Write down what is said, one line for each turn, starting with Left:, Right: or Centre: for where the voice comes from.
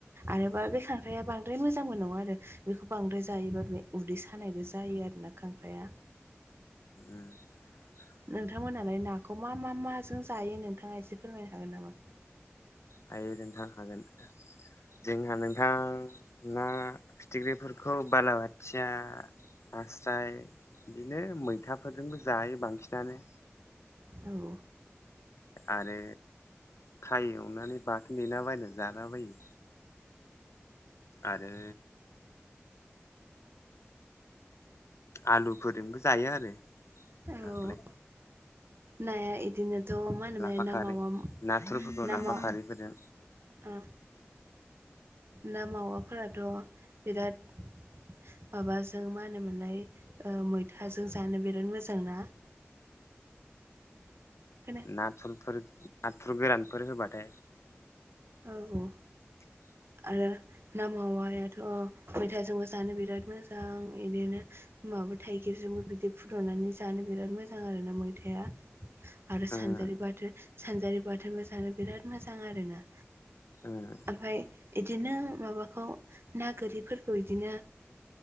Right: आरोबा
Left: उम
Right: बे खांख्राया बांद्राय मोजांबो नङा आरो बिखौ बांद्राय जायोबा बे उदै सानायबो जायो आरोना खांख्राया
Left: ओ
Right: नोंथांमोनालाय नाखौ मा मा माजों जायो नोंथाङा एसे फोरमायनो हागोन नामा?
Left: हायो नोंथां हागोन जोंहा नोंथां ना फिथिख्रिफोरखौ बालाबाथिया नास्राय बिदिनो मैथाफोरजोंबो जायो बांसिनानो
Right: औ
Left: आरो थाय एवनानै बाथोन देलाबायन जालाबायो आरो आलुफोरजोंबो जायो आरो
Right: औ
Left: नाखोलाय
Right: नाया इदिनोथ' मा होनोमोनलाय
Left: लाफा
Right: ना
Left: खारै
Right: मावा
Left: नाथुरफोरखौ
Right: ना
Left: लाफा
Right: माव
Left: खारैफोरजों
Right: ओ ना मावाफोराथ' बिराद माबाजों मा होनोमोनलाय ओ मैथाजों जानो बिराद मोजां ना
Left: <inaudible>
Right: खोना
Left: नाथुरफोर नाथुर गोरानफोर होबाथाय
Right: औ औ
Left: <inaudible>
Right: आरो ना मावायाथ' मैथाजोंबो जानो बिराद मोजां बिदिनो ओम माबा थाइगिरजोंबो बिदै फुदुंनानै जानो बिराद मोजां आरोना मैथाया आरो सानजारि
Left: उम
Right: बाथोन सानजारि बाथोनबो जानो बिराद मोजां आरोना
Left: उम
Right: ओमफ्राय बिदिनो माबा खौ ना गोरिफोरखौ बिदिनो